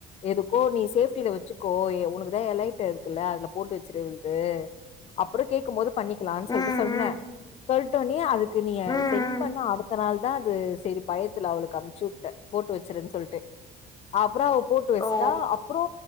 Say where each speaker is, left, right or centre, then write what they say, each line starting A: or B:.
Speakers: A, on the left (about 40°); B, on the left (about 20°).
A: எதுக்கோ நீ சேஃப்டில வெச்சு கோரே உனக்குதா எலைட்ட இருக்குல்ல அதுல போட்டு வச்சிரு இவர்து அப்றோ கேக்கும்போது பண்ணி லான்னு
B: ம்
A: சொல்ட்டு சொன்னே
B: ம்
A: சொல்ட்ட உனே அதுக்கு நீய
B: ம் ம்
A: சென்ட் பண்ண அடுத்த நாள் தா அதுஸ் தெரி பயத்துல அவளுக்கு அனுப்ச்சு வுட்டே போட்டு வச்சுறுன் சொல்ட்டு அப்றோவ் போட்டு வச்டா
B: ஓ
A: அப்றோ